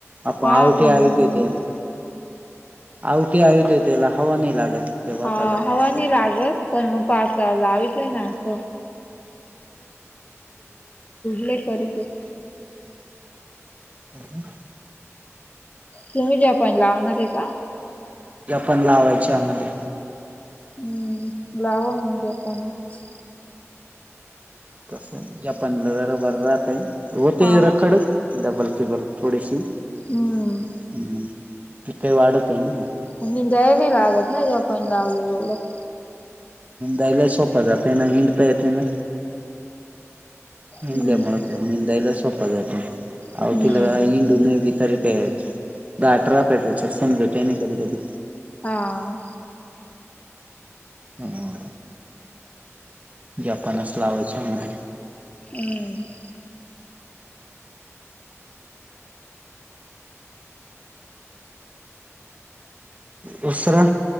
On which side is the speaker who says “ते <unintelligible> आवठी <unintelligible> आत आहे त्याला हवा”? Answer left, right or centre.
Right